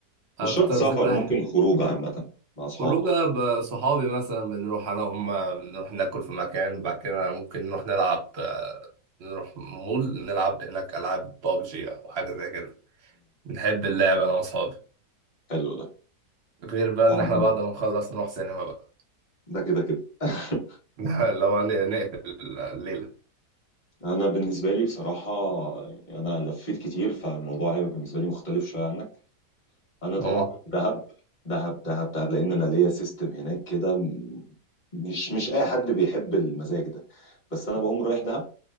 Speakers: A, on the right (about 55°); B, on the left (about 35°).
A: أكتر
B: مش شرط سفر
A: ذكرى
B: ممكن خروج عامه مع اصحابك
A: خروجة بصحابي مثلا بنروح أنا وهم بنروح ناكل في مكان بعد كده ممكن نروح نلعب آه، نروح مول نلعب هناك ألعاب بابجي أو حاجة زي كده بنحب اللعب أنا وأصحابي
B: حلو ده
A: غير بقى إن
B: أهم-
A: إحنا بعد ما نخلص نروح سينما بقى
B: ده كده كده <laughs>
A: <laughs> اللي هو ن- نقفل الليلة
B: انا بالنسبه لي بصراحه يعني انا لفيت كتير فالموضوع هيبقى بالنسبه لي مختلف شويه عنك انا
A: مم.
B: طبعا دهب دهب دهب دهب لان انا ليا سيستم هناك كده م- مش مش اي حد بيحب المزاج ده بس انا بقوم رايح دهب